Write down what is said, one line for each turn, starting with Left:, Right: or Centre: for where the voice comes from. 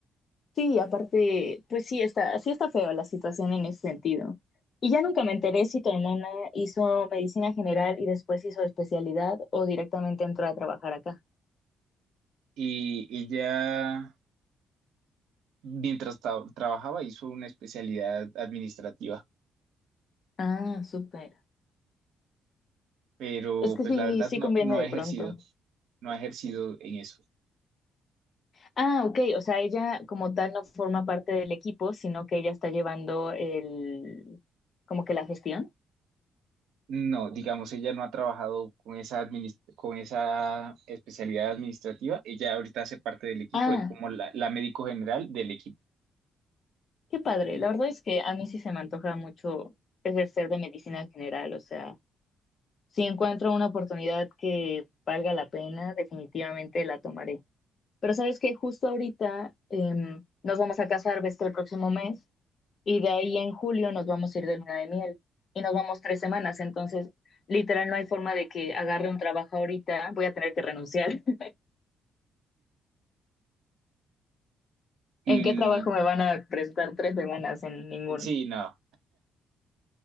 Left: Sí, aparte, pues sí está, sí está feo la situación en ese sentido. Y ya nunca me enteré si tu hermana hizo medicina general y después hizo especialidad o directamente entró a trabajar acá.
Right: Y ella mientras tra- trabajaba hizo una especialidad administrativa,
Left: Ah, súper.
Right: pero
Left: Es que
Right: pues
Left: sí,
Right: la verdad
Left: sí
Right: no,
Left: conviene
Right: no
Left: de
Right: ha ejercido,
Left: pronto.
Right: no ha ejercido en eso.
Left: Ah, ok, o sea, ella como tal no forma parte del equipo, sino que ella está llevando el, como que la gestión.
Right: No, digamos, ella no ha trabajado con esa, adminis- con esa especialidad administrativa. Ella ahorita hace parte del equipo,
Left: Ah,
Right: es como la, la médico general del equipo.
Left: qué padre. La verdad es que a mí sí se me antoja mucho ejercer de medicina general, o sea. Si encuentro una oportunidad que valga la pena, definitivamente la tomaré. Pero sabes que justo ahorita em, nos vamos a casar, ves que el próximo mes, y de ahí en julio nos vamos a ir de luna de miel y nos vamos tres semanas. Entonces, literal, no hay forma de que agarre un trabajo ahorita, voy a tener que renunciar. <laughs>
Right: Y
Left: ¿En qué trabajo me van a prestar tres semanas? En ninguno.
Right: sí, no,